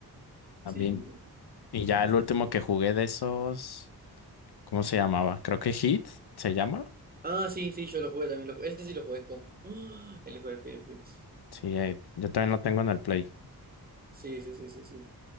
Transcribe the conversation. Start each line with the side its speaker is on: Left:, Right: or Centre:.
Left: También.
Right: Sí, sí, sí.
Left: Y ya el último que jugué de esos, ¿cómo se llamaba? Creo que Hit se llama.
Right: Ah, sí, sí, yo lo jugué también. Lo jugué. Ese sí lo jugué en comp. <gasps> El fue Battlefield.
Left: Sí, eh, yo también lo tengo en el Play.
Right: Sí, sí, sí, sí, sí.